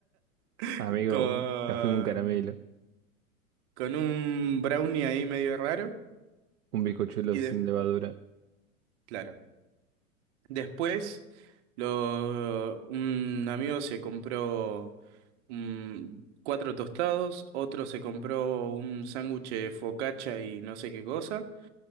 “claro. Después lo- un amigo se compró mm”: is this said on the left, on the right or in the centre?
Right